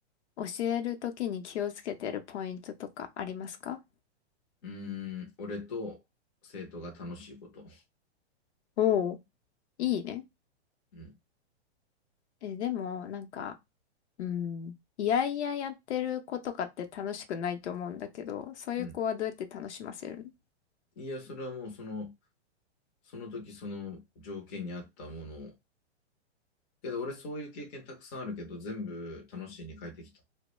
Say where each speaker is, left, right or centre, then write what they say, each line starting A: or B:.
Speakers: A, on the left (about 75°); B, on the left (about 15°).
A: 教えるときに気をつけてるポイントとかありますか
B: うーん、俺と生徒が楽しいこと。
A: おおー。いいね。
B: うん。
A: え、でも、なんか、うん。いやいややってる子とかって楽しくないと思うんだけど、そういう子はどうやって楽しませるの
B: うん。いや、それはもうその、その時その条件に合ったものを。けど俺そういう経験たくさんあるけど、全部楽しいに変えてきた。